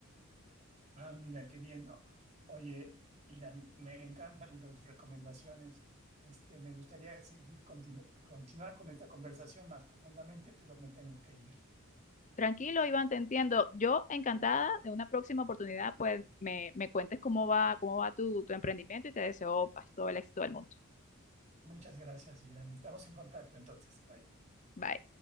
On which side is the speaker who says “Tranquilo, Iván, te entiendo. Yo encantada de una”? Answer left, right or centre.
Left